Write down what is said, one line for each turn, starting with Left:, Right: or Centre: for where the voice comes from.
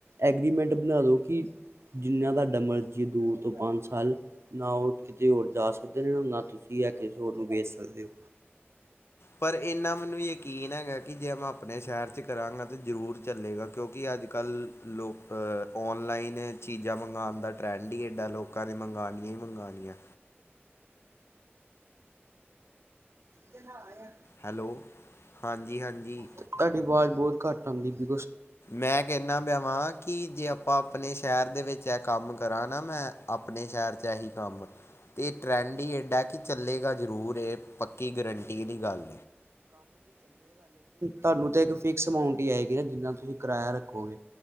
Right: ਐਗਰੀਮੈਂਟ ਬਨਾ ਦੋ ਕਿ ਜਿੰਨਾ ਤੁਆਡਾ ਮਰਜ਼ੀ ਹੈ ਦੂ ਤੋਂ ਪੰਜ ਸਾਲ ਨਾ ਉਹ ਕਿਤੇ ਹੋਰ ਜਾ ਸਕਦੇ ਨੇ ਨਾ ਤੁਸੀਂ ਇਹ ਕਿਸੇ ਹੋਰ ਨੂੰ ਵੇਚ ਸਕਦੇ ਹੋ
Left: ਪਰ ਏਨਾ ਮੈਨ ਵੀ ਯਕੀਨ ਹੈਗਾ ਕਿ ਜੇ ਮੈਂ ਆਪਨੇ ਸ਼ਹਿਰ ਚ ਕਰਾਂਗਾ ਤਾਂ ਜ਼ਰੂਰ ਚੱਲੇਗਾ ਕਿਉਂਕਿ ਅੱਜ ਕੱਲ ਲੋਕ ਓਨਲਾਈਨ ਚੀਜ਼ਾਂ ਮੰਗਾਣ ਦਾ ਟ੍ਰੈਂਡ ਹਡੀ ਏਡਾ ਲੋਕਾਂ ਨੇ ਮੰਗਾਲਨੀਆਂ ਹੀ ਮੰਗਾਨੀਆਂ ਵਧੀਆ
Right: ਦੇ ਨਾਂਹ ਆ
Left: ਹੈਲੋ ਹਾਂਜੀ ਹਾਂਜੀ
Right: ਤੁਹਾਡੀ ਆਵਾਜ਼ ਬਹੁਤ ਘੱਟ ਆਂਦੀ ਬੀ
Left: ਮੈਂ ਕਹਿੰਨਾ ਪਿਆ ਵਾਂ ਕਿ ਜੇ ਆਪਾਂ ਅਪਨੇ ਸ਼ਹਿਰ ਦੇ ਵਿੱਚ ਇਹ ਕੰਮ ਕਰਾਂ ਨਾ ਮੈਂ ਅਪਨੇ ਸ਼ਹਿਰ ਚ ਏਹੀ ਕੰਮ ਤੇ ਟਰੈਂਡ ਈ ਏਡਾ ਕਿ ਚੱਲੇਗਾ ਜ਼ਰੂਰ ਏ ਪੱਕੀ ਗਰੰਟੀ ਵਾਲੀ ਗੱਲ
Right: ਤਾਨੂੰ ਤੇ ਇੱਕ ਫਿਕਸ ਅਮਾਊਂਟ ਈ ਆਏਗੀ ਨਾ ਜਿੰਨਾ ਤੁਸੀਂ ਕਿਰਾਇਆ ਰੱਖੋਗੇ,